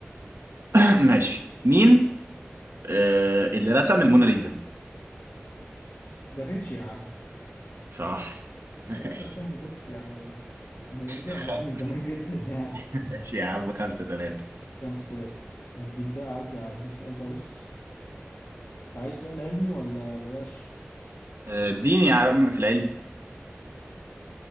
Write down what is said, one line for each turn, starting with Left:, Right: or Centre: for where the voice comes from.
Right: <clears throat> ماشي مين آه اللي رسم الموناليزا؟
Left: دافنشي يا عم
Right: صح <laughs>
Left: لا
Right: ماشي
Left: ده سهل بص يعني الموناليزا
Right: خمسة
Left: معروفة من زمان <laughs> جدا يعني
Right: ماشي يا عم خمسة تلاتة
Left: 5 3 هديك بقى عايز هديك سؤال بقى بص عايز سؤال علمي ولا بلاش
Right: آه، اديني يا عم في العلم